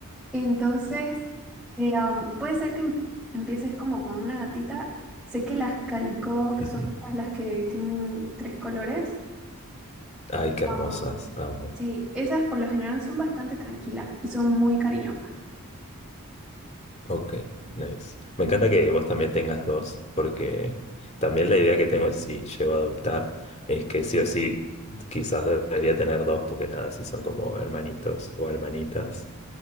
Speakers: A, in the centre; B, on the left.
A: Entonces, eh, um, puede ser que em- empieces como con una gatita. Sé que las calicó, que
B: Ujú.
A: son estas las que tienen tres colores.
B: Ay, qué hermosas,
A: um,
B: amo.
A: Sí, esas por lo general son bastante tranquilas y son muy cariñosas.
B: Ok, nice. Me encanta que vos también tengas dos, porque también la idea que tengo, si llego a adoptar, es que sí o sí, quizás debería tener dos, porque nada, si son como hermanitos o hermanitas.